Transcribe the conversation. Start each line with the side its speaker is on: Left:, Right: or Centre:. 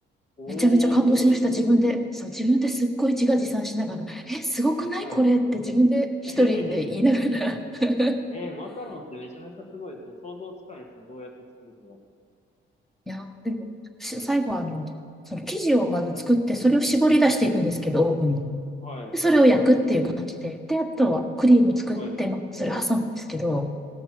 Left: おー、
Centre: めちゃめちゃ感動しました、
Left: すごいですね。
Centre: 自分で。そう、自分ですっごい自画自賛しながら、え、すごくないこれって自分で一人で言いながら。
Left: はい。<laughs>
Centre: <laughs>
Left: えー、マカロンってめちゃめちゃすごいですね。想像つかないですね。どうやって作るかが。
Centre: いや、でも、し最後はあの、その生地をまず作って、それを絞り出していくんですけど、オーブンに。
Left: はい。
Centre: で、それを焼くっていう感じで。で、あとはクリーム作って、
Left: はい。
Centre: まあ、それ挟むんですけど、